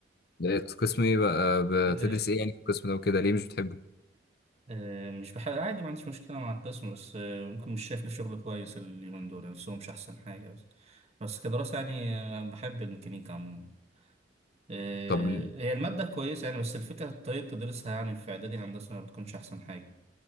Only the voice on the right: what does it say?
آه،
آه،
آه، مش بحب عادي ما عنديش مشكلة مع القسم بس آه، ممكن مش شايف لي شغل كويس اليومين دول يعني سوق مش أحسن حاجة بس بس كدراسة يعني آه، بحب الميكانيكا عموما آه،
هي المادة كويسة يعني بس الفكرة طريقة تدريسها يعني في إعدادي هندسة ما بتكونش أحسن حاجة